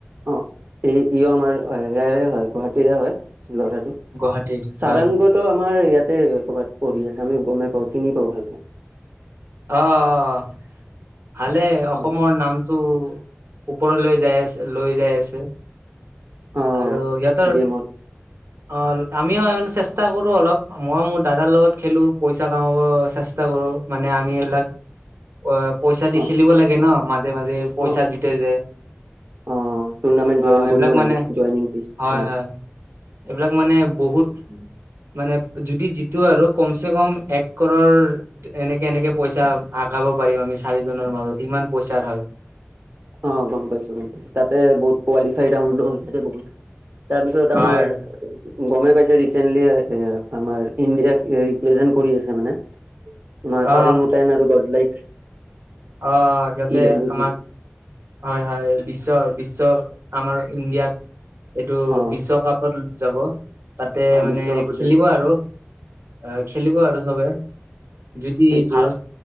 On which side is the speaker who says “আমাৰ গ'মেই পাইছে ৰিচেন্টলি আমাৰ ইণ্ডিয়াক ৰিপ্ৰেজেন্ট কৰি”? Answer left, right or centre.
Right